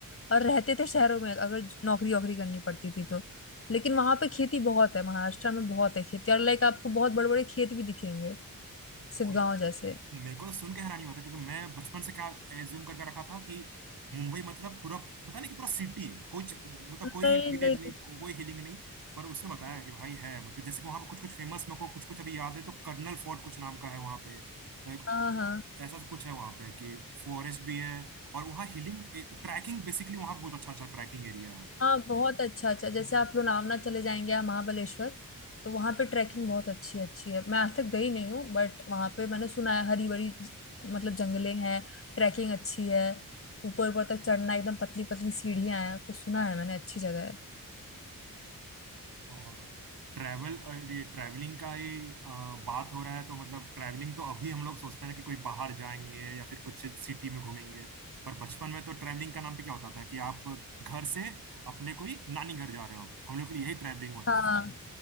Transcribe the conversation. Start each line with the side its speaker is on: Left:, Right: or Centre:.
Left: और रहते थे शहरों में अगर नौकरी वोकरी करनी पड़ती थी तो लेकिन वहां पे खेती बहुत है महाराष्ट्र में बहुत है खेती और लाइक आपको बहुत बड़े बड़े खेत भी दिखेंगे शिवगांव
Right: वही
Left: जैसे
Right: मेरे को सुन के हैरानी हुआ था क्योंकि मैं बचपन से क्या एज्यूम करके रखा था कि मुंबई मतलब पूरा पता नहीं कि पूरा सिटी है कुछ मतलब कोई
Left: नहीं
Right: विलेज
Left: नहीं
Right: नहीं कोई हिलिंग नहीं पर उसने बताया कि भाई है मतलब जैसे कि वहां पे कुछ कुछ फेमस मेरे को कुछ कुछ अभी याद है तो कर्नल फोर्ट कुछ नाम का है वहां पे एक-
Left: हाँ
Right: मतलब
Left: हाँ
Right: ऐसा कुछ है वहां पे कि फॉरेस्ट भी है और वहाँ हिलिंग ट्रैकिंग बेसिकली वहां पे बहुत अच्छा अच्छा ट्रैकिंग एरिया
Left: हाँ बहुत अच्छा अच्छा जैसे आप लोनावला चले जाएंगे या महाबलेश्वर तो वहाँ पे ट्रैकिंग बहुत अच्छी अच्छी है मैं आज तक गई नहीं हूँ बट वहाँ पे मैंने सुना है हरी भरी ज- मतलब जंगले हैं ट्रैकिंग अच्छी है ऊपर ऊपर तक चढ़ना एकदम पतली पतली सीढ़ियाँ हैं तो सुना है मैंने अच्छी जगह है
Right: और ट्रैवल ये ट्रैवलिंग का ही अ, बात हो रहा है तो मतलब ट्रैवलिंग तो अभी हम लोग सोचते हैं ना कि कोई बाहर जाएंगे या फिर कुछ सिटी में घूमेंगे पर बचपन में तो ट्रैवलिंग का नाम पे क्या होता था कि आप घर से अपने कोई नानी घर जा रहे हो अब हम लोग के लिए यही ट्रैवलिंग होता
Left: हाँ
Right: था